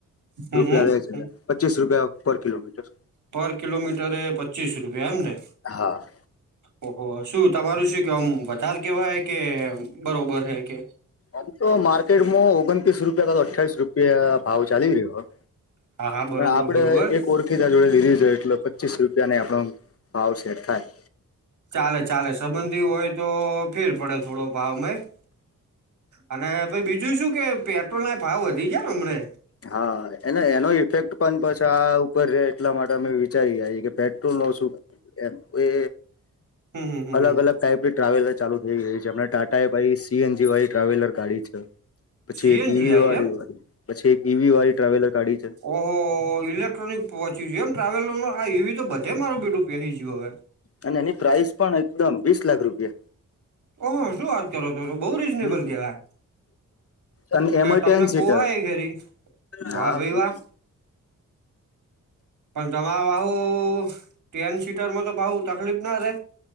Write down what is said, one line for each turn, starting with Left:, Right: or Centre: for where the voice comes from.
Right: હમ
Left: રૂપિયા
Right: હમ
Left: લે એ છે પચીસ રૂપિયા પર કિલોમીટર.
Right: પર કિલોમીટર એ પચીસ રૂપિયા એમને?
Left: હા.
Right: ઓહ શું તમારું શું કે આમ વધાર કેવા હ કે બરોબર હૈ કે
Left: આમ તો માર્કેટમાં ઓગણત્રીસ રૂપિયા ત અઠ્ઠવીસ રૂપિયા ભાવ ચાલી રહ્યો
Right: હા હા બરોબર
Left: પણ આપડે
Right: બરોબર
Left: એક ઓરખ ખિતા જોડે લીધી છે એટલે પચીસ રૂપિયા ને આપણો ભાવ સેટ થાય
Right: ચાલે ચાલે સંબંધી હોય તો ફેર પડે થોડો ભાવમાંય અને પછી બીજું શું કે પેટ્રોલ ના ભાવ વધી ગયા ને હમને
Left: હા એનો એનો ઇફેક્ટ પણ પછ આ ઉપર રે એટલા માટે અમે વિચારી ગએ કે પેટ્રોલ નો શું એ એ
Right: હમ હમ
Left: અલગ
Right: હમ
Left: અલગ ટાઈપ ટ્રાવેલર ચાલુ થઈ ગઈ છે હમણાં ટાટાએ ભાઈ સીએનજી વાળી ટ્રાવેલર ગાડી છે. પછી
Right: સીએનજી
Left: એક ઈવી
Right: આઈ
Left: વાળી
Right: એમ
Left: વાળી પછી એક ઈવી વાળી ટ્રાવેલર ગાડી છે.
Right: ઓહો ઇલેક્ટ્રોનિક પહોંચી ગયું એમ ટ્રાવેલરમાં ઈવી તો બધે મારું બેટું પહી ગયું હવે.
Left: અને એની પ્રાઇસ પણ એકદમ વીસ લાખ રૂપિયા
Right: ઓહો શું વાત કરો છો બહુ રીઝનેબલ
Left: હમ
Right: કેવાય.
Left: અને એમાં
Right: તમને
Left: ટેન સીટર
Right: પોહાય ઘેરી
Left: હા
Right: વાહ ભાઈ
Left: પછ
Right: વાહ
Left: <unintelligible>
Right: પણ તમારે વાહુ ટેન સીટરમાં તો પાહુ તકલીફ ના રે